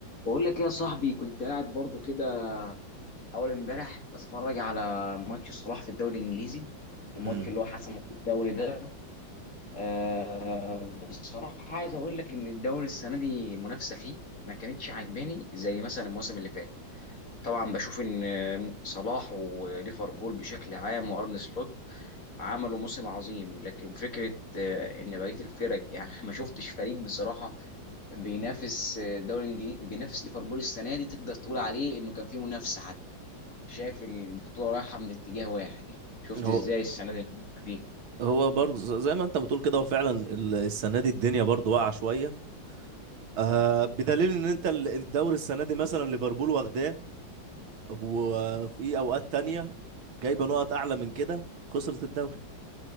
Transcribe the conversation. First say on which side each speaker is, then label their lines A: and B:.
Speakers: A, on the left; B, on the right.
A: بقول لك إيه يا صاحبي كنت قاعد برضو كده اول امبارح بتفرج على ماتش صلاح في الدوري الانجليزي الماتش
B: امم
A: اللي هو حسمه في الدوري ده أه بصراحه عايز اقول لك ان الدوري السنه دي المنافسه فيه ما كانتش عاجباني زي مثلا الموسم اللي فات طبعا بشوف ان صلاح وليفربول بشكل عام وارن سلوت عملوا موسم عظيم لكن فكره آه، ان بقيه الفرق يعني <laughs> ما شفتش فريق بصراحه بينافس الدوري الانجليزي بينافس ليفربول السنه دي تقدر تقول عليه انه كان في منافسه حتى شايف البطوله رايحه من اتجاه واحد يعني شفت
B: هو
A: ازاي السنه دي المنافسة فيه
B: هو برضه ز- زي ما انت بتقول كده هو فعلا ال- السنه دي الدنيا برضه واقعه شويه آه بدليل ان انت ال- الدوري السنه دي مثلا ليفربول واخداه وفي اوقات تانية جايبه نقط اعلى من كده وخسرت الدوري